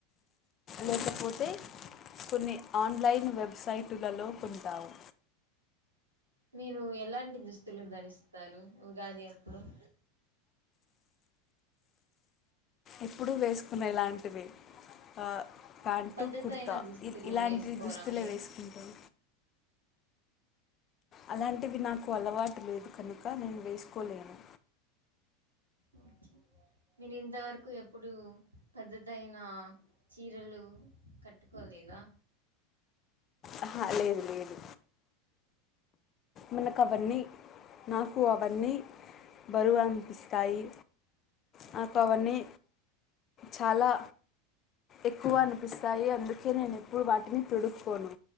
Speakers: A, on the left; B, on the right.
A: లేకపోతే కొన్ని ఆన్లైన్ వెబ్సైటులలో కొంటాము
B: నేను ఎలాంటి దుస్తులు ధరిస్తారు ఉగాది అప్పుడు <inaudible>
A: ఎప్పుడూ వేసుకునేలాంటివి ఆ ప్యాంటు
B: పద్ధతి
A: కుర్తా
B: అయిన దుస్తులు
A: ఇ ఇలాంటి
B: వేసుకోరా
A: దుస్తులే
B: మీరు
A: వేసుకుంటాం అలాంటివి నాకు అలవాటు లేదు కనుక నేను వేసుకోలేను
B: ఒకే నేను ఇంతవరకు ఎప్పుడు పద్దతైన చీరలు కట్టుకోలేదా
A: ఆహ లేదు లేదు మనకు అవన్నీ నాకు అవన్నీ బరువు అనిపిస్తాయి నాకు అవ్వని చాలా ఎక్కువ అనిపిస్తాయి అందుకే నేను ఎప్పుడు వాటిని తొడుకోను